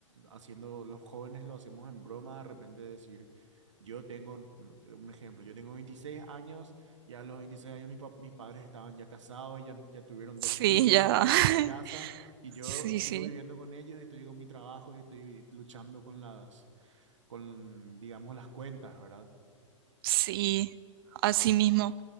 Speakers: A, on the right; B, on the right.
A: haciendo, los jóvenes lo hacemos en broma, de repente decir... Yo tengo, no, te- un ejemplo, yo tengo 26 años ya a los 26 años mi pa- mis padres estaban ya casados, ya, ya tuvieron dos
B: Sí,
A: hijos,
B: ya.
A: ya tenían
B: <laughs>
A: una casa y yo
B: Sí,
A: sigo
B: sí.
A: viviendo con ellos y estoy con mi trabajo y estoy luchando con las, con, digamos, las cuentas, ¿verdad?
B: Sí, así mismo.